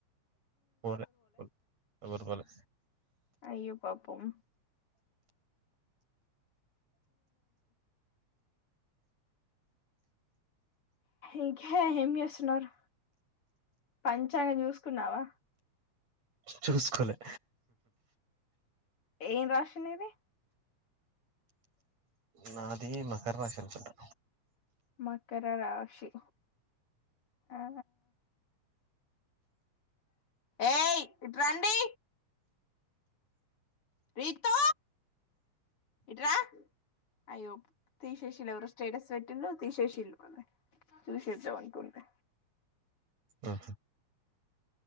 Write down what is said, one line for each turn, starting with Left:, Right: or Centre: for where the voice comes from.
Right: పోలే పోలే ఎవరు పోలే
Left: అయ్యో పాపం ఇంకా ఏం చేస్తున్నారు పంచాంగ చూసుకున్నావా
Right: చూసుకోలే
Left: ఏం రాశి నీది
Right: నాది మకర రాశి అనుకుంటా
Left: మకర రాశి ఆ ఏ ఇటురండి రీతూ ఇట్రా అయ్యో తీసేసిండ్రు ఎవరో స్టేటస్ పెట్టిలు తీసేసిల్లు మల్ల చూసేద్దాం అనుకుంటే
Right: ఉ